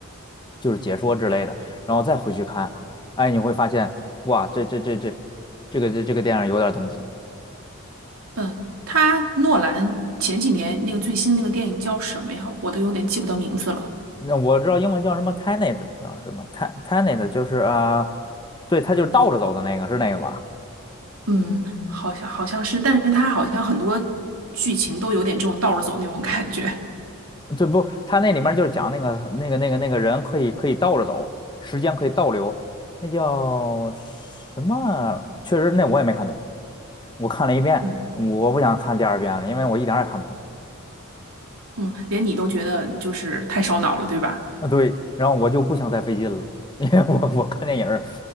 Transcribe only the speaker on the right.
嗯，他诺兰前几年那个最新那个电影叫什么呀？我都有点记不得名字了。
嗯，好像好像是，但是他好像很多剧情都有点这种倒着走那种感觉。
嗯
<laughs> 嗯，连你都觉得就是太烧脑了，对吧？